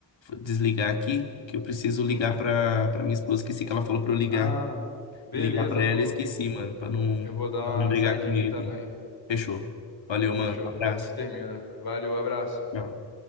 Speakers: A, on the left; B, on the left.
A: desligar aqui, que eu preciso ligar
B: Hum,
A: pra, pra minha esposa. Esqueci que ela falou pra eu ligar.
B: Ah, beleza,
A: Ligar pra ela
B: pô.
A: e esqueci, mano, pra não,
B: Eu vou dar
A: pra não
B: uma
A: brigar
B: saidinha
A: comigo
B: aqui também.
A: aqui. Fechou. Valeu,
B: Fechou,
A: mano. Abraço.
B: depois a gente termina. Valeu, abraço.
A: Tchau.